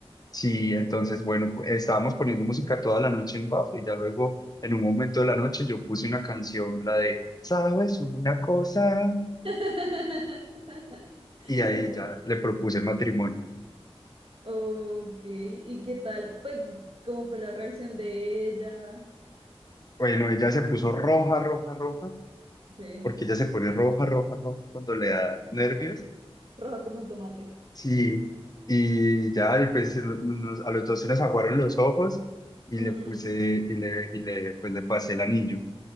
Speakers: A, on the left; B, on the right.
A: Sí, entonces, bueno, pu- estábamos poniendo música toda la noche en Bafo y ya luego, en un momento de la noche, yo puse una canción, la de, ¿sabes una cosa?
B: <laughs>
A: Y ahí
B: Ok,
A: ya le propuse matrimonio.
B: ok. ¿Y qué tal? Pues, ¿cómo fue la reacción de ella?
A: Bueno, ella se puso roja, roja, roja,
B: Sí,
A: porque ella se pone roja, roja, roja cuando le da nervios.
B: roja como un tomate.
A: Sí, y ya después se nos- nos- a los dos se nos aguaron los ojos y le
B: Mm,
A: puse y le, y le, pues le pasé el anillo.